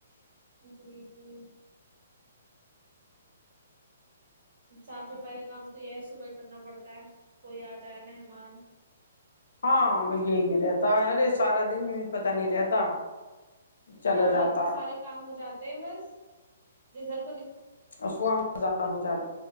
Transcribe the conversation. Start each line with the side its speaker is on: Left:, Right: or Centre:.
Right: ہ جی ج <unintelligible> صاف صفائی کا کام تو یہ ہے صبح ہی کرنا پڑتا ہے کوئی آ جائے مہمان
Left: ہاں میں یہی رہتا ارے سارا دن پتا نہیں رہتا چلا
Right: کہاں
Left: جاتا
Right: ا کے سارے
Left: ہے،
Right: کام ہو جاتے ہیں بس ریزرو
Left: اسدہ ہو جات